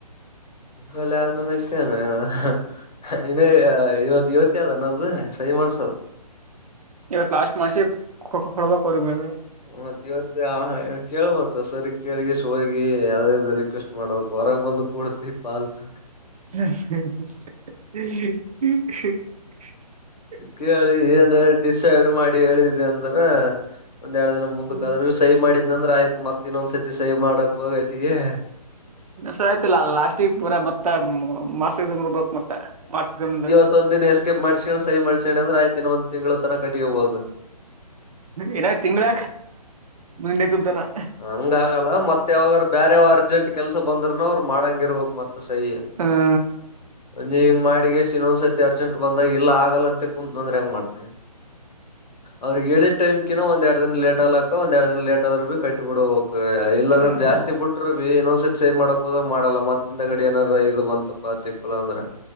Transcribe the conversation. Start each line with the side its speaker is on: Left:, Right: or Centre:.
Left: ಲ್ಲ ಅ ನಕ್ಕಾನ <unintelligible> ಇನ್ನು ಇವತ್ ಇವತ್ತ ಅದನ್ನದ ಸಹ ಮಾಡ್ಸದು
Right: ಇವತ್ ಲಾಸ್ಟ್ ಮಾಡಸಿ ಕೊ ಕೊಡ್ಬಕ್ ಅವ್ರ್ಗೆ
Left: ಮತ್ತ ಇವತ್ತ ಆ ಕೇಳ ಮತ್ತ ಸರಿ ಕೇಳಗೆ ಎಷ್ಟು ಹೋಗಿ ಯಾವ ರಿಕ್ವೆಸ್ಟ್ ಮಾಡ್ಬೇಕು ಹೊರಗೆ ಬಂದು ಕೊಡ್ತಿ ಪಲ್ತ
Right: ಹ್ಮ <inaudible>
Left: ಕೇಳಿ ಏನ್ ಡಿಸೈಡ್ ಮಾಡಿ ಹೇಳಿದಿ ಅಂದ್ರ ಒಂದ್ ಎರಡ್ ದಿನ ಮುಂದಕ್ಕೆ
Right: ಇನ್ನೊಂದ್ಸಲ
Left: ಆದ್ರೂ ಸಹಿ ಮಾಡಿದ್ ಅಂದ್ರೆ ಆಯ್ತು ಮತ್ತ ಇನ್ನೊಂದ್ಸತಿ ಸಹಿ ಮಾಡಕ್ ಹೋಗ ವೊತ್ತಿಗೆ
Right: ಸ ಆಯ್ತಿಲ್ಲ ಲಾಸ್ಟಿ ಪೂರ ಮತ್ತ ಮಾರ್ಚ್ ಸೀಸನ್ ನಡ್ಬೇಕಕ್ ಮತ್ತ ಮಾರ್ಚ್ ಸೀಸನ್ಂದ್ರೆ
Left: ಮತ್ತ ಒಂದಿನ ಎಸ್ಕೇಪ್ ಮಾಡಿಸ್ಕೊಂಡೆ ಸಹಿ ಮಾಡ್ಸ್ಕೊಂಡ್ರೆ ಅಯ್ತು ಇನ್ನ ಒಂದ್ ತಿಂಗಳು ತನ ಕಟ್ಕೊಬೋದು
Right: ಏನ ತಿಂಗಗಳ ನೆತಾನ <unintelligible>
Left: ಹಂಗ ಆಗಲ್ಲ ಮತ್ತೆ ಯಾವಾಗರು ಬೇರೆ ಯಾವ್ ಅರ್ಜೆಂಟ್ ಕೆಲ್ಸ ಬಂದ್ರರುನ ಅವ್ರು ಮಾಡಂಗ ಇರ್ಬಕ್ ಮತ್ತ ಸಹಿಯ
Right: ಹ
Left: ನೀವ ಹಂಗ ಮಾಡಿಗೆಷ್ಟ ಇನ್ನೊಂದ್ಸರ್ತಿ ಅರ್ಜೆಂಟ್ ಬಂದಾಗ ಇಲ್ಲ ಆಗಲ್ಲ ಅಂತೆ ಕುಂತ್ ಅಂದ್ರೆ ಹೆಂಗ ಮಾಡ್ತರಿ ಅವ್ರಿಗ್ ಹೇಳಿದ ಟೈಮ್ ಕಿನ ಒಂದ ಎರಡು ದಿನ ಲೇಟ್ ಆಗ್ಲಕ ಒಂದ್ ಎರಡು ದಿನ ಲೇಟ್ ಆದ್ರರು ಕಟ್ಟಿ ಬಿಡ ಹೋಗಿ ಇಲ್ಲಾಂದ್ರೆ
Right: ಹ್ಮ್
Left: ಜಾಸ್ತಿ ಬಿಟ್ಟ ಟ್ರು ಇನ್ನೊಂದ್ಸತಿ ಸೈನ್ ಮಾಡಕ್ ಹೋದಾಗ್ ಮಾಡಲ್ಲ ಮತ್ತಿಂದ ಗಡಿ ಏನಾರ ಇದು ಬಂತಪ್ಪಾ ತಿಪ್ಪಲ್ಲ ಅಂದ್ರೆ